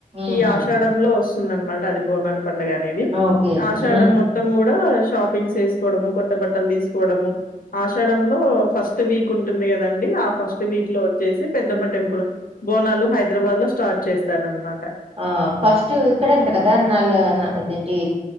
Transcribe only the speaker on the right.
ఉహు
ఓకే
ఉమ్
ఆ ఫస్ట్ ఇక్కడేంట కదా నల్ ఇదేంటి